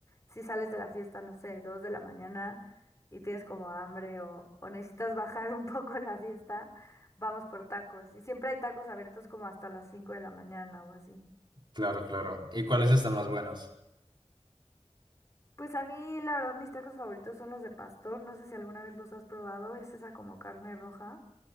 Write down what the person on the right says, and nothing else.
Claro, claro. ¿Y cuáles están más buenos?